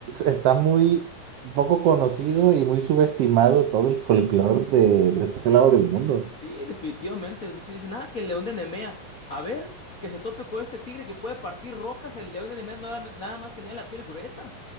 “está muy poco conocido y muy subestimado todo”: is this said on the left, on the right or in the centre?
Right